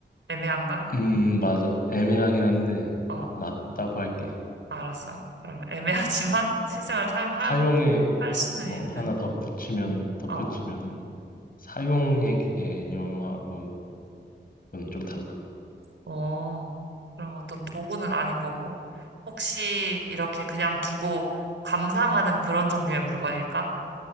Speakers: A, on the right (about 80°); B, on the left (about 50°).
A: 애매한가?
B: 음, 맞아. 애매하긴 한데,
A: 어.
B: 맞다고 할게.
A: 알았어. 그러면 애매하지만 <laughs> 실생활 사용하고
B: 사용에
A: 할 수는
B: 어,
A: 있는.
B: 하나 덧붙이면, 덧붙이면은
A: 어,
B: 사용의 개념하고는 좀 달라.
A: 어. 그럼 어떤 도구는 아닌 거고. 혹시 이렇게 그냥 두고 감상하는 그런 종류의 물건일까?